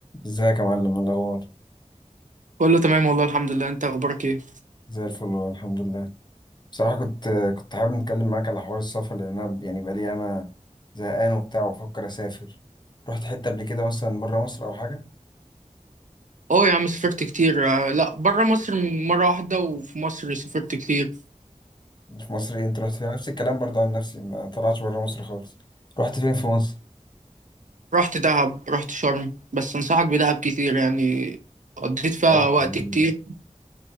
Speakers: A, on the left; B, on the right.
A: ازيك يا معلم إيه الاخبار
B: كله تمام والله الحمد لله انت اخبارك ايه
A: زي الفل والله، الحمد لله بصراحه كنت كنت حابب نتكلم معاك على حوار السفر لان انا يعني بقالي ياما زهقان وبتاع وبفكر اسافر رحت حته قبل كده مثلا بره مصر او حاجه
B: اه يا عم سافرت كتير آه، لا بره مصر مره واحده وفي مصر سافرت كتير
A: في مصر ايه انت رحت فين نفس الكلام برضه عن نفسي ما طلعتش بره مصر خالص رحت فين في مصر
B: رحت دهب رحت شرم بس انصحك بدهب كتير يعني قضيت فيها
A: بقيت
B: وقت
A: يعني-
B: كتير